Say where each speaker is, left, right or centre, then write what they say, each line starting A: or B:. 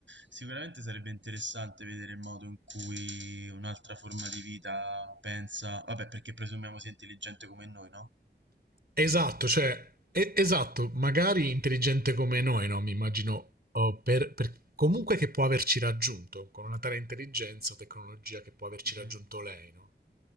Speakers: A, on the right; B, on the right.
A: Sicuramente sarebbe interessante vedere il modo in cui un'altra forma di vita pensa, vabbè, perché presumiamo sia intelligente come noi, no?
B: Esatto, cioè, e- esatto, magari intelligente come noi, no? Mi immagino, oh, per, per- comunque che può averci raggiunto, con una tale intelligenza o tecnologia che può averci
A: Mhm.
B: raggiunto lei, no?